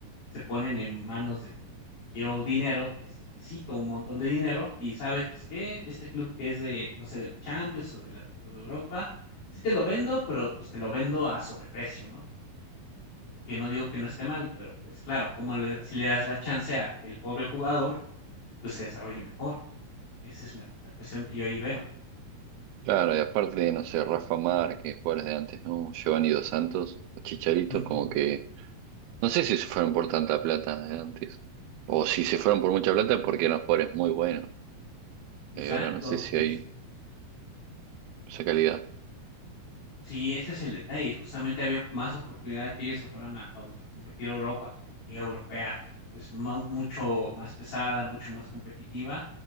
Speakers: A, on the left; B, on the right.
A: se ponen en manos de quiero dinero, necesito un montón de dinero y sabes que este club que es de, no sé, de la Champions o de, la- o de Europa, sí te lo vendo, pero pues te lo vendo a sobreprecio, ¿no? Que no digo que no esté mal, pero pues claro, como le, si le das la chance a que el pobre jugador pues, se desarrolle mejor. Esa es la la cuestión que yo ahí veo.
B: Claro, y aparte, no sé, Rafa Márquez, jugadores de antes, ¿no? Giovanni Dos Santos, o Chicharito,
A: Ujú.
B: como que no sé si se fueron por tanta plata de antes o si se fueron por mucha plata porque eran jugadores muy buenos,
A: Exacto,
B: Eh, ahora no sé si
A: y
B: hay
A: es
B: esa calidad.
A: sí, ese es el detalle, justamente había más oportunidad de que ellos se fueran a a Euro a competir a Europa, que liga europea es mau mucho más pesada, mucho más competitiva,